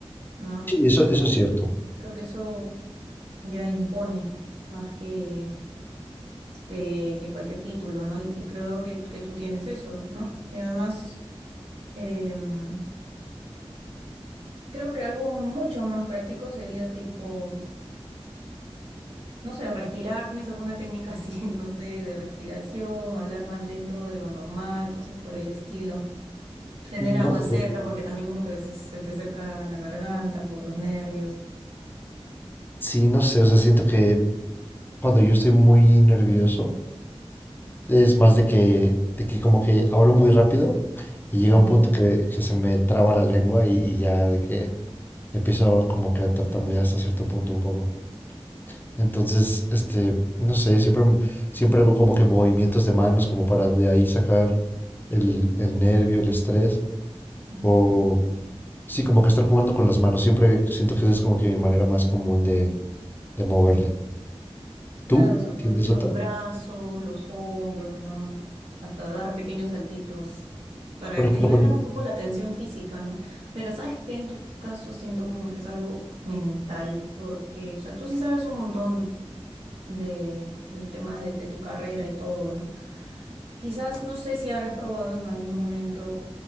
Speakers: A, on the right; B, on the left.
A: ¿no?
B: Sí,
A: Eso,
B: eso, eso es cierto.
A: creo que eso ya impone más que, que, que cualquier título, ¿no? Y, y creo que, que tú tienes eso, ¿no? Y además... em, Creo que algo mucho más práctico sería tipo, no sé, respirar. ¿Tienes alguna técnica así, <laughs> no sé, de respiración, hablar más lento de lo normal, cosas por el estilo? Tener agua
B: No sé.
A: cerca, porque también como que a veces se te acerca la garganta por los nervios.
B: Sí, no sé, o sea, siento que cuando yo estoy muy nervioso, es más de que, de que como que hablo muy rápido y llega
A: Ujú,
B: un punto que, que se me traba la lengua y, y ya de que empiezo como que a tartamudear hasta cierto punto un poco. Entonces, este, no sé, siempre, m- siempre hago como que movimientos de manos como para de ahí sacar el, el nervio, el estrés.
A: ujú.
B: O sí, como que estar jugando con las manos. Siempre siento que esa es como que mi manera más común de, de moverle. ¿Tú
A: Claro, sacudir
B: tienes
A: los
B: otra?
A: brazos, los hombros, ¿no? Hasta dar pequeños saltitos para
B: Por ejemplo,
A: que liberar
B: cuando-
A: un poco la tensión física, ¿no? Pero sabes que en tu caso siento como que es algo mental, porque, o sea, tú sí sabes un montón de, del tema de, de tu carrera y todo, ¿no? Quizás no sé si habrás probado en algún momento